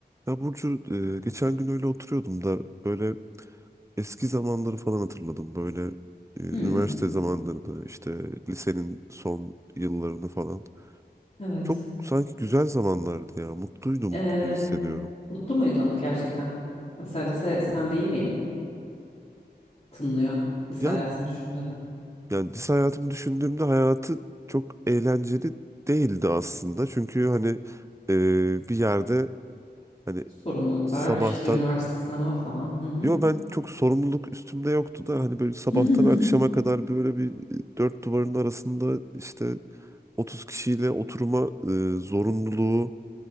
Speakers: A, on the right (about 15°); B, on the left (about 40°).
A: Ya Burcu e, geçen gün öyle oturuyordum da böyle eski zamanları falan hatırladım. Böyle e,
B: Hmm,
A: üniversite zamanlarını işte lisenin son yıllarını falan.
B: evet.
A: Çok sanki güzel zamanlardı ya mutluydum
B: Ee,
A: gibi hissediyorum.
B: mutlu muydun gerçekten? Mesela lise sende iyi mi tınlıyor lise
A: Yani,
B: hayatını düşündüğünde?
A: yani lise hayatımı düşündüğümde hayatı çok eğlenceli değildi aslında. Çünkü hani e, bir yerde hani
B: Sorumluluklar,
A: sabahtan
B: işte üniversite sınavı falan. Hı hı.
A: Yo ben çok sorumluluk üstümde yoktu da hani böyle sabahtan
B: <laughs>
A: akşama kadar böyle bir e, dört duvarın arasında işte 30 kişiyle oturma e, zorunluluğu